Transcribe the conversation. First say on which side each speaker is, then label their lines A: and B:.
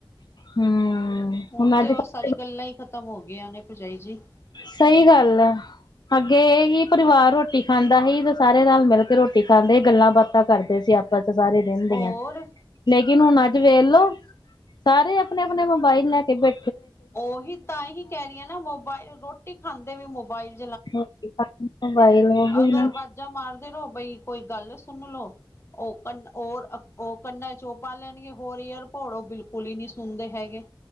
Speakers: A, on the left; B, on the left.
A: ਹਮ
B: ਹੁਣ
A: ਅੱਜ
B: ਤੇ
A: ਕੱਲ
B: ਬਸ ਸਾਰੀ ਗੱਲਾਂ ਈ ਖ਼ਤਮ ਹੋ ਗਈਆਂ ਨੇ ਭਰਜਾਈ ਜੀ।
A: ਸਈ ਗੱਲ ਐ। ਅੱਗੇ ਇਹ ਹੀ ਪਰਿਵਾਰ ਰੋਟੀ ਖਾਂਦਾ ਹੀ ਤੇ ਸਾਰੇ ਰਲ ਮਿਲ ਕੇ ਰੋਟੀ ਖਾਂਦੇ ਗੱਲਾਂ ਬਾਤਾਂ ਕਰਦੇ ਸੀ ਅਪ 'ਚ ਸਾਰੇ ਦਿਨ ਦੀਆਂ
B: ਹੋਰ
A: ਆ ਲੇਕਿਨ ਹੁਣ ਅੱਜ ਵੇ ਲੋ। ਸਾਰੇ ਆਪਣੇ-ਆਪਣੇ ਮੋਬਾਈਲ ਲੈ ਕੇ ਬੈ
B: ਉਹੀ ਤਾਂ ਹੀ ਕੈ ਰਈ ਆਂ ਨਾ ਮੋਬਾਇਲ ਰੋਟੀ ਖਾਂਦੇ ਵੀ ਮੋਬਾਈਲ
A: ਰੋਟੀ ਖਾਂਦੇ ਮੋਬਾਈਲ ਉਹੀ
B: ਅਗਰ
A: ਨਾ
B: ਵਾਜ਼ਾਂ ਮਾਰਦੇ ਰਓ ਬਈ ਕੋਈ ਗੱਲ ਸੁਣ ਲਓ। ਓ ਕੰ ਔਰ ਓ ਕੰਨਾਂ 'ਚ ਓ ਪਾ ਲੈਣਗੇ ਹੋਰ ਯਾਰ ਭੋੜ ਓ ਬਿਲਕੁਲ ਈ ਨਈ ਸੁਣਦੇ ਹੈਗੇ।